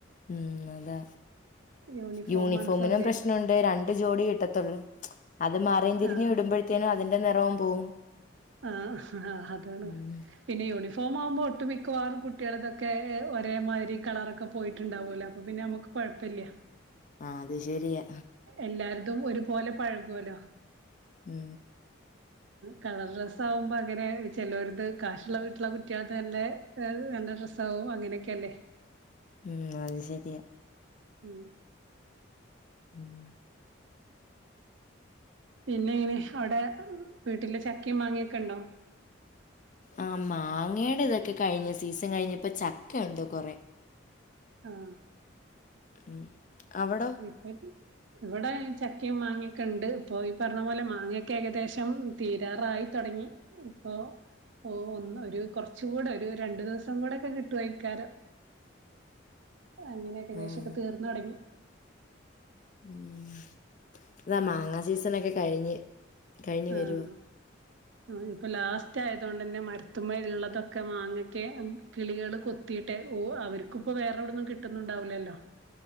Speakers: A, on the left (about 40°); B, on the right (about 70°).
A: ഉം അതാ
B: യൂണിഫോമാണ്
A: യൂണിഫോമിനും
B: സൗകര്യം
A: പ്രശ്നണ്ട് രണ്ട് ജോടി കിട്ടത്തുള്ളൂ അത് മാറിയും തിരിഞ്ഞു
B: ആഹ്
A: ഇടുമ്പോഴത്തേനും അതിന്റെ നിറവും പോവും
B: ആഹ് ആഹ അതാണ്
A: ഉം
B: പിന്നെ യൂണിഫോം ആവുമ്പോൾ ഒട്ടുമിക്കവാറും കുട്ടികളതൊക്കെ ഒരേമാതിരി കളറൊക്കെ പോയിട്ടുണ്ടാവില്ലോ അപ്പോൾ പിന്നെ നമുക്ക് കൊഴപ്പല്ല
A: ആഹ അത് ശരിയാ
B: എല്ലാർതും ഒരുപോലെ പഴകുവലോ
A: ഉം
B: കളർ ഡ്രസ്സ് ആകുമ്പോ അങ്ങനെ ചെലോരിടെത് കാശുള്ള വീട്ടിലുള്ള കുട്ടികൾ തല്ലെ വെള്ള ഡ്രസ്സാകും അങ്ങനെയൊക്കെ അല്ലേ
A: ഉം അത് ശെരിയാ
B: ഉം
A: ഉം
B: പിന്നെ എങ്ങനെ അവിടെ വീട്ടില് ചക്കയും മാങ്ങയൊക്കെ ഉണ്ടോ
A: ആ മാങ്ങയുടെ ഇതൊക്കെ കഴിഞ്ഞു സീസൺ കഴിഞ്ഞ് ഇപ്പൊ ചക്ക ഉണ്ട് കൊറെ
B: ആഹ്
A: ഉം അവിടോ
B: ഇപ്പത് ഇവിടെ ചക്കയും മാങ്ങിയൊക്കെ ഉണ്ട് പോ ഇ പറഞ്ഞ പോലെ മാങ്ങിയൊക്കെ ഏകദേശം തീരാറായി തുടങ്ങി ഇപ്പൊ ഓ ഒ ഒരു കൊറച്ച് കൂടെ ഒരു രണ്ടു ദിവസം കൂടെ ഒക്കെ കിട്ടു വായിക്കാരം അങ്ങനെയൊക്കെ ലേശൊക്കെ
A: ആഹ്
B: തീർന്ന് തുടങ്ങി
A: ഉം ഇതാ മാങ്ങ സീസണൊക്കെ കഴിഞ്ഞ് കഴിഞ്ഞ്
B: ആഹ്
A: വരുവാ
B: ആ ഇപ്പൊ ലാസ്റ്റ് ആയതൊണ്ട്ന്നെ മര ത്തുമ്മെ ഉള്ളതൊക്കെ മാങ്ങൊക്കെ കിളികൾ കൊത്തിയിട്ട് ഓ അവർക്കിപ്പോ വേറെവിടെന്നും കിട്ട കിട്ടുന്നുണ്ടാവില്ലല്ലോ